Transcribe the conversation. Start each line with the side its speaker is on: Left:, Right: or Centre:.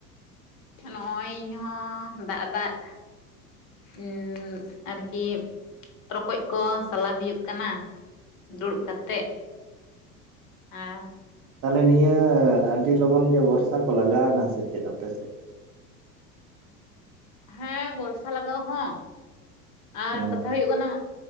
Left: ᱱᱚᱸᱜᱼᱚᱭ ᱤᱧ ᱦᱚᱸ ᱫᱟᱜ ᱫᱟᱜ ᱩᱸ ᱟᱨᱠᱤ ᱨᱚᱠᱚᱡ ᱠᱚ ᱥᱟᱞᱟ ᱦᱩᱭᱩᱜ ᱠᱟᱱᱟ᱾ ᱫᱩᱲᱩᱵ ᱠᱟᱛᱮᱜ᱾ ᱟᱨ,
Right: ᱛᱟᱦᱚᱞᱮ ᱱᱤᱭᱟᱹ ᱟᱹᱰᱤ ᱞᱚᱜᱚᱱ ᱜᱮ ᱵᱷᱚᱨᱥᱟ ᱠᱚ ᱞᱟᱜᱟᱣᱱᱟ ᱥᱮ ᱪᱮᱫ ᱟᱯᱮ ᱥᱮᱫ?
Left: ᱦᱮᱸ ᱵᱚᱨᱥᱟ ᱞᱟᱜᱟᱣ ᱦᱚᱸ, ᱟᱨ
Right: ᱦᱩᱸ
Left: ᱠᱟᱛᱷᱟ ᱦᱩᱭᱩᱜ ᱠᱟᱱᱟ